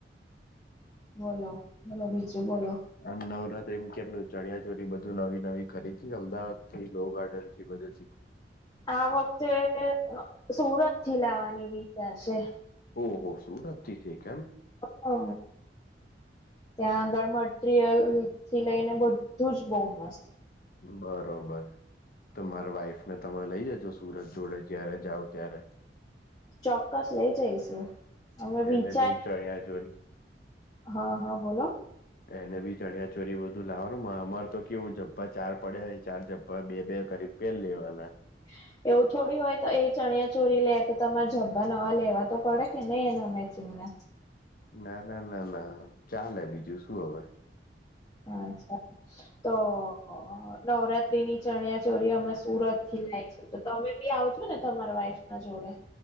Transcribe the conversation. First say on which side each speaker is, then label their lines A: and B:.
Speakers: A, on the left; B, on the left.
A: બોલો બોલો બીજું બોલો
B: એમ નવરાત્રીમાં કેમનું ચણિયા ચોળી બધું નવી નવી ખરીદી. અમદાવાદ થી લો-ગાર્ડન થી બધેથી
A: આ વખતે સુરત થી લાવવાની વિચાર છે.
B: ઓ હો સુરત છેક એમ?
A: હઅ ત્યાં ગળ મટીરિયલ થી લેઈને બધું જ બો મસ્ત
B: બરોબર તો માર વાઈફને તમે લેઈ જજો સુરત જોડે જ્યારે જાઓ ત્યારે
A: ચોક્કસ લેઈ જઈશું તમે વિચારે
B: એને બી ચણિયા ચોરી
A: અ હ હ બોલો
B: એને બી ચણિયા ચોરી બધું લાવાનું મારા માર તો કેવું જબ્બા ચાર પડ્યા ઓય ચાર ઝભ્ભા બે બે કરીને પહેરી લેવાના.
A: <unintelligible> એવું થોડી હોય તો એ ચણિયા ચોરી લે તો તમાર ઝભ્ભા નવા લેવા તો પડે કે નઈ એના મેચિંગ ના
B: ના ના ના ના ચાલે બીજું શું અવે
A: અચ્છા તોઅ-અ-અ અ નવરાત્રી ની ચણિયા ચોરી અમે સુરત થી લાય તો ત તમે બી આવજો ને તમારા વાઈફ ના જોળે